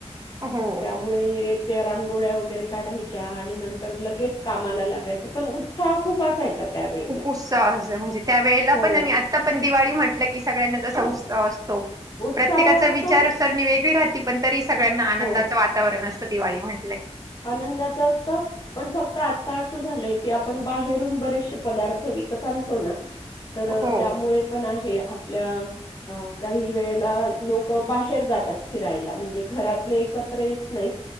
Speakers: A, on the right (about 30°); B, on the left (about 40°).
A: हो
B: तर त्यामुळे त्या रांगोळ्या वगैरे काढायच्या आणि नंतर लगेच कामाला लागायचं, पण उत्साह खूप असायचा. त्यावेळेला.
A: खूप उत्साह, अस म्हणजे त्या वेळेला
B: हो.
A: पण आणि आता पण दिवाळी म्हटलं की, सगळ्यांना जसा उत्साह अस तो.
B: उत्साह
A: प्रत्येकाचा
B: असतो
A: विचार सरणी वेगळी राहते. ती पण तरीस सगळ्यांना आनंदाच
B: हो.
A: वातावरण अस दिवाळी म्हण
B: आनंदाच असतं पण फक्त आता असं झालंय की आपण बाहेरून बरेचशे पदार्थ विकत आणतो ना तर
A: हो
B: त्यामुळे पण हे आपल्या काही वेळेला लोक बाहेर जातात. फिरायला म्हणजे घरातले एकत्र येत नाहीत.